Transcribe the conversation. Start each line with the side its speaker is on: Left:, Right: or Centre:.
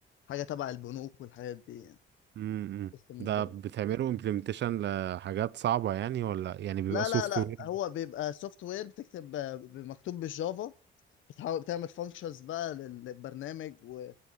Left: حاجه تبع البنوك والحاجات دي يعني
Right: امم
Left: قسم
Right: ده
Left: البنوك
Right: بتعملوا امبلمنتيشن لحاجات صعبة يعني ولا يعني بيبقى
Left: لا
Right: سوفت
Left: لا لا
Right: وير
Left: هو بيبقى سوفت وير بتكتب مكتوب بالجافا بتحاول تعمل فانكشنز بقى للبرنامج و...